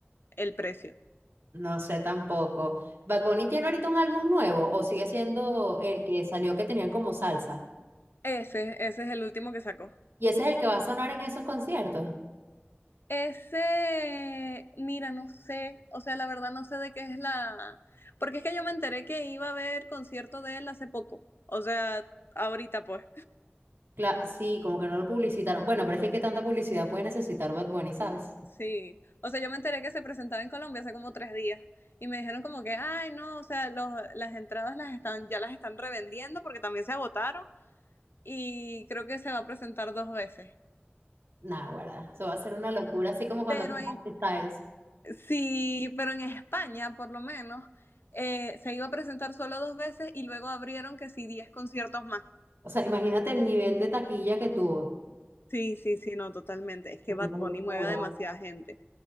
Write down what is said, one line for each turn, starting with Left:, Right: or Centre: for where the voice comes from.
Left: el precio.
Right: No sé tampoco. ¿Bad Bunny tiene ahorita un álbum nuevo o sigue siendo el que salió que tenían como salsa?
Left: Ese, ese es el último que sacó.
Right: ¿Y ese es el que va a sonar en esos conciertos?
Left: Ese, mira, no sé, o sea, la verdad no sé de qué es la... Porque es que yo me enteré que iba a haber concierto de él hace poco, o sea, ahorita pues.
Right: Cla- sí, como que no lo publicitaron. Bueno, pero es que qué tanta publicidad puede necesitar Bad Bunny, ¿sabes?
Left: Sí, o sea, yo me enteré que se presentaba en Colombia hace como tres días y me dijeron como que, ay, no, o sea, los- las entradas las están, ya las están revendiendo porque también se agotaron y creo que se va a presentar dos veces.
Right: Nah, guarda, eso va a ser una locura, así como cuando
Left: Pero
Right: fue
Left: en,
Right: Harry Styles.
Left: sí, pero en España, por lo menos, eh, se iba a presentar solo dos veces y luego abrieron que sí, diez conciertos más.
Right: O sea, imagínate el nivel de taquilla que tuvo.
Left: Sí, sí, sí, no, totalmente. Es que
Right: Qué
Left: Bad
Right: locura.
Left: Bunny mueve a demasiada gente.